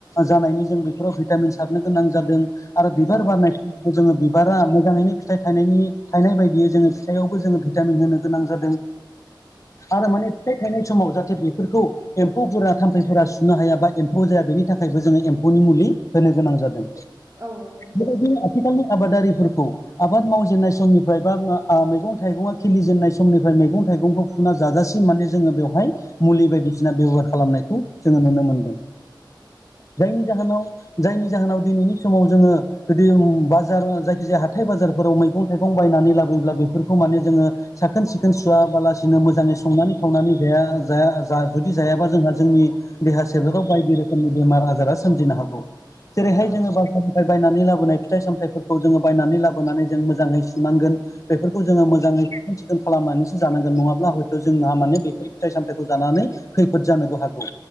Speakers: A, on the left (about 40°); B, on the right (about 40°).
A: जानायनि जों बेफोराव भिटामिन सारनो गोनां जादों आरो बिबार
B: औ
A: बारनाय समखौ जोङो बिबारा मोजाङैनो फिथाइ थायनायनि थायनाय बायदियै जोङो फिथायावबो जोङो भिटामिन होनो गोनां जादों। आरो माने फिथाइ थायनाय समाव जाहाथे बेफोरखौ एम्फौफोरा थाम्फैफोरा सुनो हायााबा एम्फौ जाया बेनि थाखायबो जोङो एम्फौनि मुलि होनो गोनां जादों
B: औ नंगौ नोंथां
A: बेबायदिनो आथिखालनि आबादारिफोरखौ आबाद मावजेननाय समनिफ्राय बा मैगं थाइगङा खिलिजेननाय समनिफ्राय मैगं थाइगंखौ फुना जाजासेम माने जोङो बेवहाय मुलि बायदिसिना बेबहार खालामनायखौ जोङो नुनो मोनदों जायनि जाहोनाव जायनि जाहोनाव दिनैनि समाव जोङो जुदि बाजार जायखिजाया हाथाय बाजारफोराव मैगं थाइगं बायनानै लाबोयोब्ला बेफोरखौ माने जोङो साखोन सिखोन सुवाबालासिनो मोजाङै संनानै सावनानै ज ज जुदि जायाबा जोंहा जोंनि देहा सोलकाव बाय बेमार आजारा सोमजिनो हागौ जेरैहाय
B: औ
A: जोङो ब ओमफ्राय बायनानै लाबोनाय फिथाइ सामथायाइफोरखौ जोङो बायनानै लाबोनानै जों मोजाङै सुनांगोन बेफोरखौ जोङो
B: औ
A: मोजाङै साखोन सिखोन खालामनानैसो जानांगोन नङाब्ला हयथ' जोंहा माने बेफोर फिथाइ सामथाइखौ जानानै खैफोद जानोबो हागौ